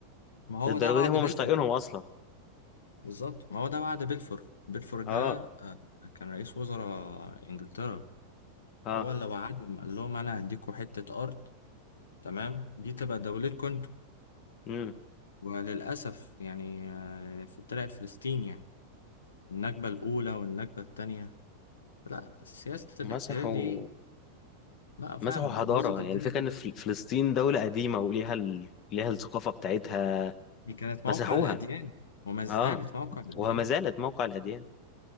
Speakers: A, on the left; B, on the left.
A: ما هو
B: للدرجه
A: ده وعد
B: دي هم
A: بلفور
B: مش طايقينهم اصلا
A: بالظبط ما هو ده وعد بلفور بلفور
B: اه
A: ده آه، كان رئيس وزراء انجلترا
B: اه
A: هو اللي وعدهم قال لهم انا هديكوا حتة ارض تمام دي تبقى دولتكم انتوا
B: امم
A: وللأسف يعني آه، في- طلعت فلسطين يعني النكبة الأولى والنكبة التانية لا سياسة الاحتلال
B: مسحوا
A: دي لا فعلا
B: مسحوا حضاره
A: بوظت الدنيا
B: يعني الفكره
A: كلها
B: ان فل- فلسطين دوله قديمه وليها ال... ليها الثقافه بتاعتها
A: دي كانت
B: مسحوها
A: موقع الأديان وما زالت
B: اه
A: موقع الأديان
B: وما زالت موقع الاديان